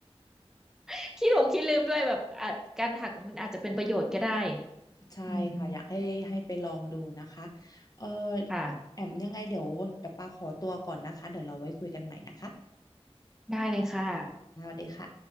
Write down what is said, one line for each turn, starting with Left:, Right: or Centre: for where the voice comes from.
Centre: <laughs> ขี้หลงขี้ลืมด้วยแบบอ่ะการถักมันอาจจะเป็นประโยชน์ก็ได้
Left: ใช่ค่ะอยากให้ให้ไปลองดูนะคะ
Centre: อืม
Left: เออ
Centre: ค่ะ
Left: แอมยังไงเดี๋ยวเดี๋ยวปาขอตัวก่อนนะคะเดี๋ยวเราไว้คุยกันใหม่นะคะ
Centre: ได้เลยค่ะ
Left: สวัสดีค่ะ